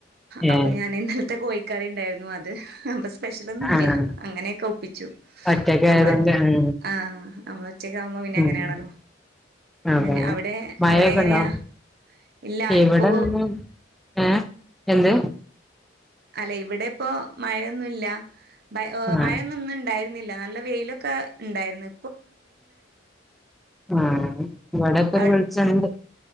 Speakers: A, in the centre; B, on the right.
A: ഏഹ്
B: അപ്പൊ ഞാൻ ഇന്നലത്തെ കോയി കറി ഉണ്ടായിരുന്നു അത് ബസ് സ്പെഷ്യലൊന്നും
A: ആഹ്
B: ഇല്ല അങ്ങനെയൊക്കെ ഒപ്പിച്ചു
A: ഒറ്റക്ക്
B: നമ്മളെ
A: ആയതുകൊണ്ട് ആഹ്
B: ആ നമ്മളൊറ്റക് ആകുമ്പോ പിന്നെ
A: ഉം
B: അങ്ങനെയാണല്ലോ
A: അതെ
B: അങ്ങനെ
A: അതെ
B: അവിടെ
A: മഴയൊക്കെ
B: അവിടെ എങ്ങനെയാ
A: ഉണ്ടോ
B: ഇല്ല
A: ഇവിടെ
B: ഇപ്പോ
A: ഇന്ന് ഏഹ് എന്ത്
B: അല്ലെ ഇവിടെ ഇപ്പോ മഴയൊന്നും ഇല്ല ബൈ ഒ
A: ആഹ്
B: മഴന്നും ഇന്ന് ഇണ്ടായിരു <unintelligible> നല്ല വെയിലൊക്കെ ഉണ്ടായിരുന്നു
A: ആ ഇവിടെ ഇപ്പരു
B: അവി
A: വെളിച്ചണ്ട്